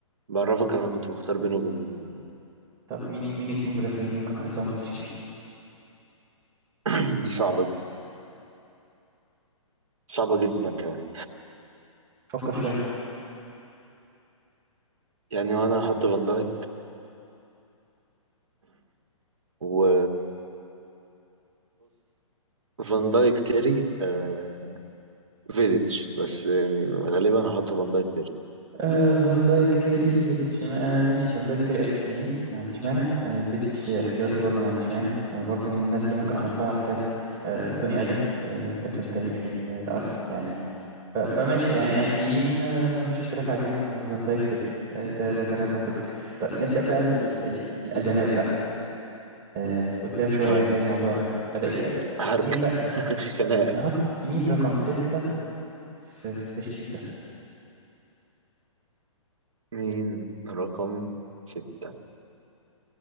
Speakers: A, on the right; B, on the right.
A: بعرفك انا كنت بختار بينه وبين
B: طب مين مين اتنين مدافعين ممكن نحطهم في التشكيل
A: <clears throat> دي صعبة صعبة جدا كمان
B: فكر شوية
A: يعني وانا هحط فان دايك وبص فان دايك تيري آه فيديتش بس يعني غالبا هحط فان دايك تيري
B: آه فان دايك تيري فيديتش آه ماشي فان دايك تيري أساسيين ما عنديش مانع آه فيديتش احتياطي برضه ما عنديش مانع آه برضه من الناس اللي ممكن أحطها احتياطي آه توني أدمز آه كابتن التاريخي ل- لأرسنال يعني ف- فماشي يعني أساسيين آه ما فيش اختلاف عليهم إن فان دايك تيري آه ده ده كلام منطقي طب نبدأ بقى ال ال الأزمات بقى آه قدام شوية
A: اه
B: هنلاقي الموضوع بدأ يتأزم
A: حركة
B: مين بقى
A: <laughs> خناقة
B: نحط مين رقم ستة في في التشكيل ده
A: مين رقم ستة